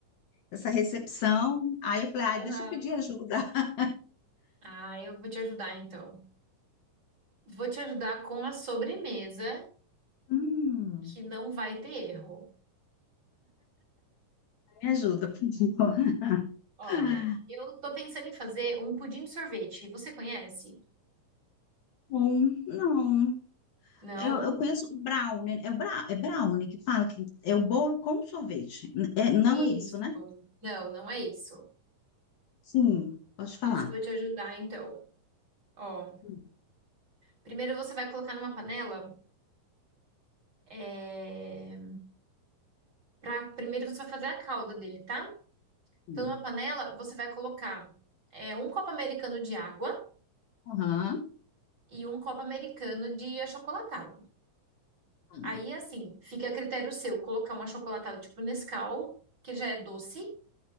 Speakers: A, on the left (about 65°); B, on the right (about 35°).
A: essa recepção, aí eu falei, ai,
B: Aham.
A: deixa eu pedir ajuda. <laughs>
B: Ah, eu vou te ajudar então. Vou te ajudar com a sobremesa
A: Hum,
B: que não vai ter erro.
A: me ajuda, por favor.
B: Olha,
A: <laughs>
B: eu tô pensando em fazer um pudim de sorvete. Você conhece?
A: Bom, não.
B: Não?
A: Eu, eu conheço o brownie. É, o bra, é brownie que fala que é o bolo com sorvete. É, não
B: Isso.
A: é isso, né?
B: Não, não é isso.
A: Sim, pode falar.
B: Pois eu vou te ajudar então. Ó,
A: Hum,
B: primeiro você vai colocar numa panela. É... Pra... Primeiro você vai fazer a calda dele, tá?
A: hum,
B: Então, numa panela, você vai colocar é, um copo americano de água.
A: Aham.
B: e um copo americano de achocolatado.
A: hum.
B: Aí, assim, fica a critério seu colocar um achocolatado tipo Nescau, que já é doce,